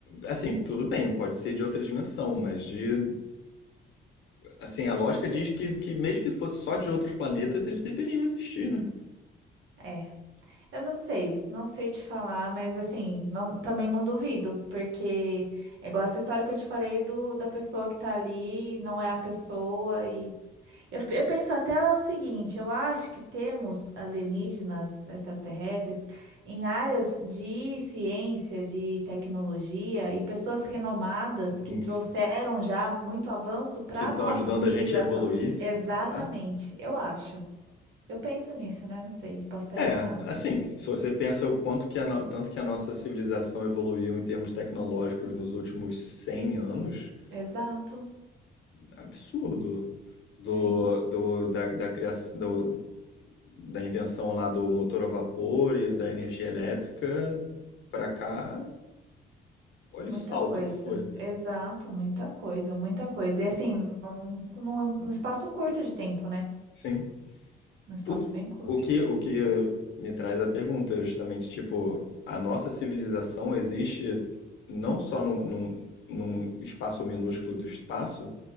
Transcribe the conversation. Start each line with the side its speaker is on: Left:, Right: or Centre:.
Left: assim, tudo bem, pode ser de outra dimensão, mas de. Assim, a
Right: Que
Left: lógica diz que, que mesmo que fosse só de outros planetas, eles deveriam existir, né?
Right: é. Eu não sei, não sei te falar, mas assim, não- também não duvido, porque é igual essa história que eu te falei do da pessoa que tá ali, não é a pessoa Eu, eu penso até o seguinte, eu acho que temos alienígenas extraterrestres em áreas de ciência, de tecnologia e pessoas renomadas que
Left: Uns
Right: trouxeram já muito avanço para
Left: Que estão
Right: a nossa
Left: ajudando
Right: civilização.
Left: a gente a evoluir, s-
Right: Exatamente,
Left: será?
Right: eu acho. Eu penso nisso, né? Não sei, posso estar
Left: É,
Right: enganado.
Left: assim, se você pensa o quanto que a, no- tanto que a nossa civilização evoluiu em termos tecnológicos nos últimos 100 anos,
Right: Exato,
Left: absurdo. Do,
Right: sim,
Left: do, da, da, criação, do, da invenção lá do motor a vapor e da energia elétrica pra cá Olha
Right: muita
Left: o salto
Right: coisa.
Left: que foi.
Right: Exato, muita coisa, muita coisa. E assim, num, num num espaço curto de tempo, né?
Left: Sim.
Right: Num espaço
Left: O que,
Right: bem curto.
Left: o que, o que me traz a pergunta, justamente, tipo, a nossa civilização existe não só num, num, num espaço minúsculo do espaço,